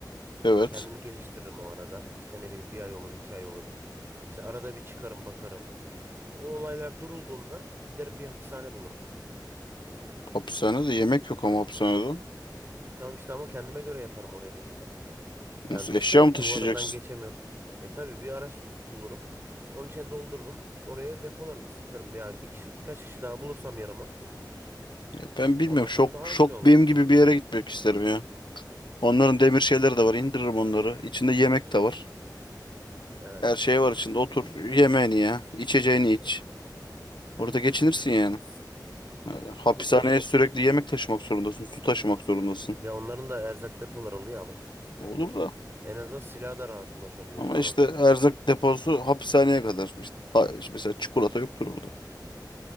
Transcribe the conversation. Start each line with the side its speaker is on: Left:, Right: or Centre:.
Left: Evet.
Right: Kendimi geliştiririm o arada. İşte ne bileyim bir ay olur, iki ay olur. İşte arada bir çıkarım bakarım. O olaylar durulduğunda giderim bir hapishane bulurum.
Left: Hapishanede yemek yok ama hapishanede.
Right: E tamam işte ama kendime göre yaparım oraya da işte. Yani
Left: Nasıl
Right: düşünsene
Left: eşya mı taşıyacaksın?
Right: duvarından geçemiyor. E tabii bir araç bulurum. Onun içine doldururum. Oraya depolarım, istiflerim. Yani bir kişi, birkaç kişi daha bulursam yanıma.
Left: Ya ben bilmiyorum.
Right: Ondan sonra
Left: Şok
Right: daha
Left: şok
Right: güzel olur.
Left: benim gibi bir yere gitmek isterim ya. Onların demir şeyleri de var. İndiririm onları. İçinde yemek de var.
Right: Evet.
Left: Her şey var içinde. Otur yemeğini ya. İçeceğini iç. Orada geçinirsin yani. Yani hapishaneye
Right: O da doğru.
Left: sürekli yemek taşımak zorundasın, su taşımak zorundasın.
Right: Ya onların da erzak depoları oluyor ama.
Left: Olur da.
Right: En azından silaha da rahat ulaşabiliyorsun
Left: Ama
Right: orada.
Left: işte erzak deposu hapishaneye kadar. İşte, ha- işte mesela çikolata yoktur orada.